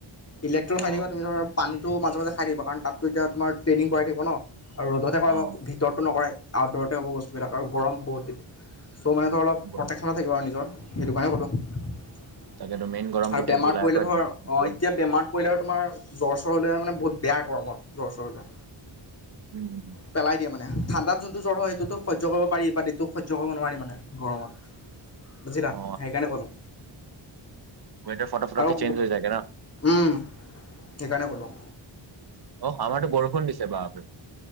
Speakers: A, on the left (about 30°); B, on the right (about 50°).
A: ইলেক্ট্ৰল
B: অ
A: খাই থাকিবা তুমি ধৰ পানীটো মাজে মাজে খাই থাকিবা কাৰণ তাততো এতিয়া তোমাৰ ট্ৰেইনিং কৰাই থাকিব ন'? আৰু ৰ'দতহে
B: অ
A: কৰাব, ভিতৰতটো নকৰাই আউটড'ৰতে হ'ব বস্তু বিলাক আৰু গৰম বহুত। চ' মানে ধৰ অলপ
B: গৰম।
A: প্ৰটেকশ্যনে থাকিব আৰু নিজৰ সেইটো কাৰণে ক'লোঁ। আৰু
B: তাকেতো মেইন গৰম তেতিয়া
A: বেমাৰ
B: জুলাইৰ
A: পৰিলে
B: পৰা
A: ধৰ অঁ
B: দিব
A: এতিয়া বেমাৰত পৰিলে আৰু তোমাৰ জ্বৰ চৰ হ'লে মানে বহুত বেয়া গৰমত। জ্বৰ চৰ হ'লে।
B: ওম
A: পেলাই দিয়ে মানে, ঠাণ্ডাত যোনটো জ্বৰ হয় সেইটো সহ্য কৰিব পাৰি বাট এইটো সহ্য কৰিব নোৱাৰি মানে গৰমত, বুজিলা?
B: অ
A: সেইকাৰণে ক'লোঁ
B: ওৱেডাৰ ফটক ফটকে
A: আৰু
B: চেঞ্জ হৈ যায়গে ন'?
A: উম সেইকাৰণে ক'লোঁ
B: অ' আমাৰতো বৰষুণ দিছে বাপৰে